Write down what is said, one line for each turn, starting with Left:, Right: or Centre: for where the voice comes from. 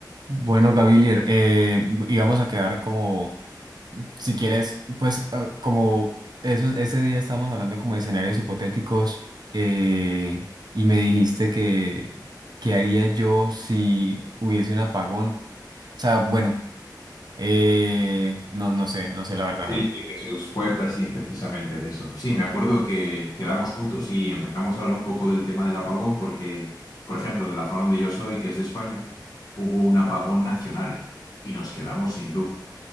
Right: Bueno, Gavilier, eh, íbamos a quedar como, si quieres, pues ah, como esos, ese día estábamos hablando como de escenarios hipotéticos eh, y me dijiste que, ¿qué haría yo si hubiese un apagón? O sea, bueno, eh, no, no sé, no sé la verdad.
Left: Sí, sí, Jesús, fue preci- precisamente de eso. Sí, me acuerdo que quedamos juntos y empezamos a hablar un poco del tema del apagón porque, por ejemplo, de la zona donde yo soy, que es de España, hubo un apagón nacional y nos quedamos sin luz.